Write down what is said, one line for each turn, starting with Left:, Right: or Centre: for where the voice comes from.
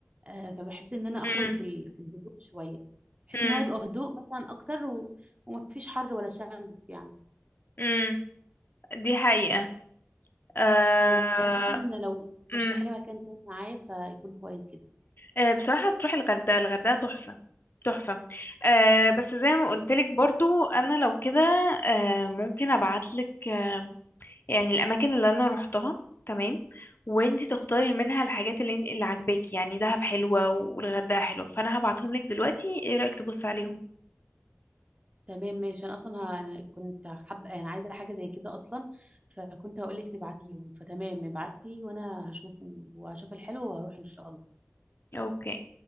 Right: آه، فبحب ان انا
Left: مم.
Right: اخرج في ال- في الهدوء شوية بحيث
Left: مم.
Right: ان هو يبقى هدوء مثلا اكتر و... ومفيش حر ولا شمس يعني
Left: مم. دي حقيقة آه...
Right: مم. يعني مثلا لو
Left: مم.
Right: رشحي لي مكان تاني معايا فيكون كويس جدا
Left: آه بصراحة تروحي الغردقة الغردقة تحفة تحفة آه بس زي ما قلتلك برضو أنا لو كده آه ممكن أبعتلك آه يعني الأماكن اللي أنا روحتها تمام وانتي تختاري منها الحاجات اللي اللي عاجباكي يعني دهب حلوة والغردقة حلوة فأنا هبعتهم لك دلوقتي ايه رأيك تبص عليهم
Right: تمام ماشي انا اصلا ه... أنا كنت حابه يعني عايزه حاجه زي كده اصلا فكنت هقول لك تبعتيهم فتمام ابعتي وانا هشوف وهشوف الحلو وهروح ان شاء الله
Left: اوكي